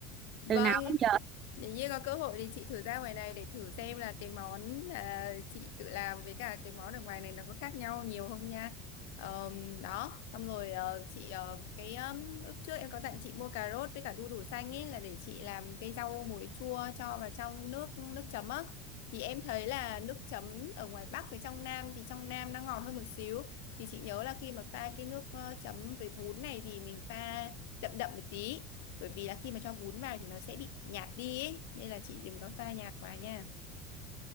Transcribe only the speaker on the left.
Vâng,
Nếu như có cơ hội thì chị thử ra ngoài này để thử xem là cái món mà chị tự làm với cả cái món ở ngoài này nó có khác nhau nhiều không nha. Ờm, đó, xong rồi ờ, chị ờ, cái um, lúc trước em có dặn chị mua cà rốt với cả đu đủ xanh ấy là để chị làm cái rau muối chua cho vào trong nước nước chấm á. Thì em thấy là nước chấm ở ngoài Bắc với trong Nam thì trong Nam nó ngọt hơn một xíu. Thì chị nhớ là khi mà pha cái nước ờ, chấm với bún này thì mình pha đậm đậm một tí bởi vì là khi mà cho bún vào thì nó sẽ bị nhạt đi ấy. Nên là chị đừng có pha nhạt quá nha